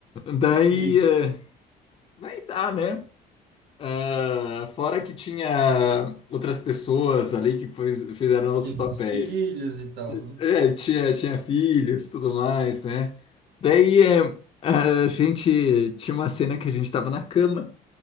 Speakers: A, on the left; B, on the right.
A: Daí,
B: Entendi.
A: eh, daí dá, né? Ah, fora que tinha outras pessoas ali que fez- fizeram os
B: Fiz
A: papéis.
B: meus filhos e tal, né?
A: É, tinha, tinha filhos, tudo mais, né? Daí é, a gente tinha uma cena que a gente tava na cama,